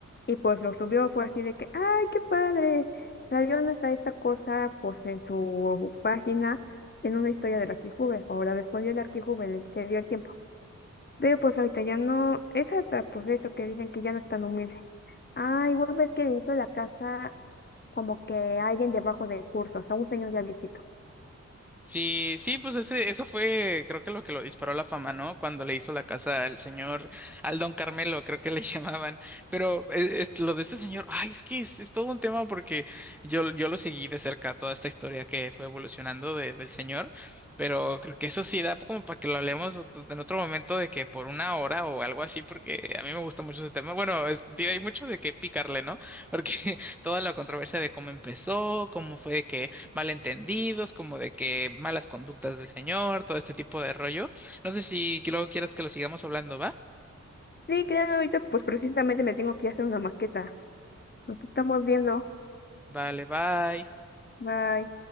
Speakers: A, on the left (about 35°); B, in the centre.
A: y pues lo subió, fue así de que, ¡ay, qué padre! Salió nuestra esta cosa pues en su página, en una historia del Arquijube, o la respondió el Arquijube, le- se dio el tiempo. Pero pues ahorita ya no, es hasta pues eso que dicen que ya no es tan humilde. Ah, igual ves que le hizo la casa como que a alguien debajo del curso, o sea, un señor ya viejito.
B: Sí, sí, pues ese, eso fue, creo que lo que lo disparó a la fama, ¿no? Cuando le hizo la casa al señor, al don Carmelo, creo que le <laughs> llamaban. Pero eh, es- lo de este señor, ay, es que es, es todo un tema porque yo, yo lo seguí de cerca toda esta historia que fue evolucionando de- del señor. Pero creo que eso sí da como para que lo hablemos ot- en otro momento de que por una hora o algo así, porque a mí me gusta mucho ese tema. Bueno, es- hay mucho de qué picarle, ¿no? Porque <laughs> toda la controversia de cómo empezó, cómo fue que malentendidos, como de que malas conductas del señor, todo este tipo de rollo. No sé si luego quieras que lo sigamos hablando, ¿va?
A: Sí, claro, ahorita pues precisamente me tengo que ir a hacer una maqueta. Nos estamos viendo.
B: Vale, bye.
A: Bye.